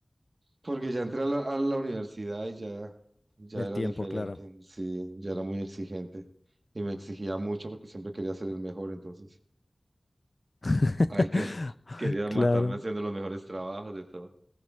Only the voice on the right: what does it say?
Porque ya entré a la, a la universidad y ya, ya
era
diferente,
sí, ya era muy exigente y me exigía mucho porque siempre quería ser el mejor, entonces.
Ay, que <laughs> quería
matarme haciendo los mejores trabajos de todo.